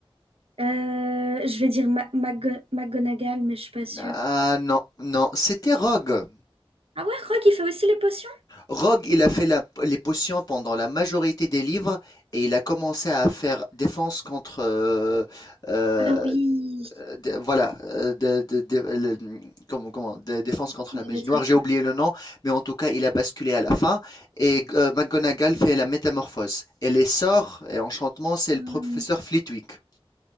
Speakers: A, on the right; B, on the left.
A: Euh, je vais dire Ma- Mago- McGonagall, mais je suis pas sûre.
B: Ah non, non, c'était Rogue.
A: Ah ouais, Rogue, il fait aussi les potions?
B: Rogue, il a fait la- les potions pendant la majorité des livres et il a commencé à faire défense contre euh, euh,
A: Ah oui,
B: euh, de- voilà, euh, de, de- de- le- comment, comment, de défense contre
A: il
B: la
A: y
B: magie
A: a des
B: noire.
A: trucs.
B: J'ai oublié le nom, mais en tout cas, il a basculé à la fin. Et euh, McGonagall fait la métamorphose. Et les sorts et enchantements, c'est le
A: Hmm,
B: professeur Flitwick.